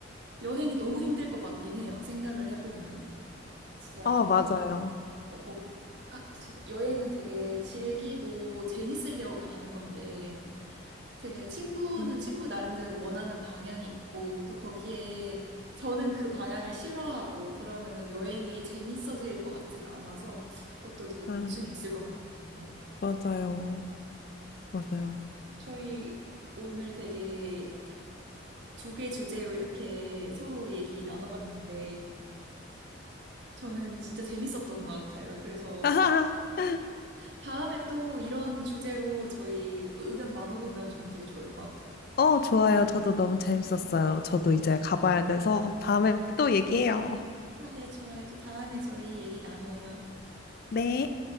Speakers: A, on the right (about 60°); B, on the left (about 50°).
A: 여행이 너무 힘들 것 같긴 해요. 생각을 해보면은. 진짜
B: 아, 맞아요.
A: 어, 뭐, 아, 지- 여행은 되게 즐기고 재밌으려고 가는 건데, 되게 친구는
B: 음,
A: 친구 나름대로 원하는 방향이 있고, 또 거기에 저는 그 방향을 싫어하고, 그러면은 여행이 재밌어질 것 같지가 않아서, 그것도 되게 고충이
B: 아,
A: 있을 것 같네요. 네.
B: 맞아요. 맞아요.
A: 저희 오늘 되게 두 개 주제로 이렇게 서로 얘기 나눠봤는데, 저는 진짜 재밌었던 것 같아요. 그래서
B: <laughs>
A: 다음에 또 이런 주제로 저희 의견 나눠보면 저는 되게 좋을 것 같아요.
B: 어, 좋아요. 저도 너무 재밌었어요. 저도 이제 가봐야 돼서 다음에 또 얘기해요.
A: 아, 네, 좋아요. 또 다음에 저희 얘기 나눠요.
B: 네.